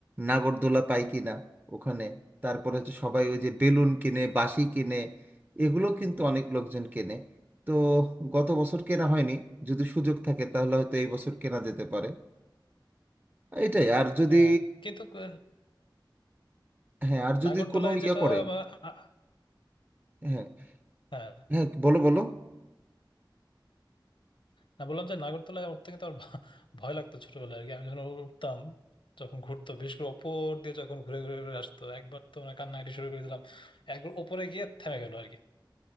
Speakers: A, on the right; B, on the left.
A: নাগরদোলা পাই কিনা ওখানে তারপরে হচ্ছে সবাই ওই যে বেলুন কিনে বাঁশি কিনে এগুলো কিন্তু অনেক লোকজন কেনে তো গত বছর কেনা হয়নি যদি সুযোগ থাকে তাহলে হয়তো এই বছর কেনা যেতে পারে এটাই আর যদি
B: হ্যাঁ কিন্তু ক-
A: হ্যাঁ আর যদি
B: নাগরদোলায়
A: কোনো ইয়ে
B: যেটা
A: করে
B: বা- আ- আ-
A: হ্যাঁ
B: হ্যাঁ
A: হ্যাঁ বলো বলো
B: না বললাম যে নাগরদোলায় উঠতে কিন্তু আমার ভ- ভয় লাগতো ছোটবেলায় আর কি আমি যখন উঠতাম যখন ঘুরতো বিশেষ করে ওপর দিয়ে যখন ঘুরে ঘুরে ঘুরে আসতো একবার তো মানে কান্নাকাটি শুরু করে দিলাম একবার ওপরে গিয়ে থেমে গেল আর কি